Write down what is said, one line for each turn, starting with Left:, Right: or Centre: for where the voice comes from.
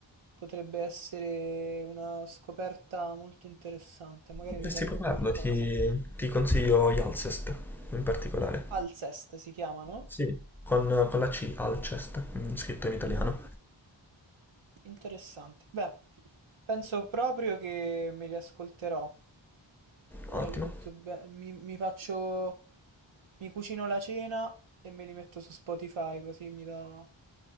Right: potrebbe essere una scoperta molto interessante. Magari
Centre: Dovresti
Right: mi sento
Centre: provarlo,
Right: qualcosa.
Centre: ti, ti consiglio Alcest in particolare.
Right: Alcest si chiamano?
Centre: Sì. Con, con la C, Alcest, mm, scritto
Right: Mm,
Centre: in italiano.
Right: interessante. Beh, penso proprio che me li ascolterò.
Centre: Ottimo.
Right: Ora li metto be- mi, mi faccio, mi cucino la cena e me li metto su Spotify così mi do...